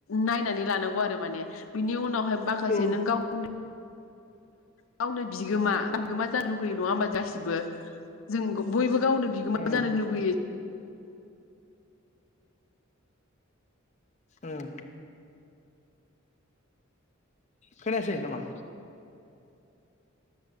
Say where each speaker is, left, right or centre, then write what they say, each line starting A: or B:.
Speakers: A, on the left; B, on the left.
A: नायनानै लानांगौ आ‌ माने बिनि उनाव माखासे
B: औ
A: नों गावनो गावनो बिगोमा लुगैयो नङा होनबा गासिबो जों बयबो गावनो बिगोमा
B: उम
A: जानो लुगैयो
B: उम खोनायासै ना मा?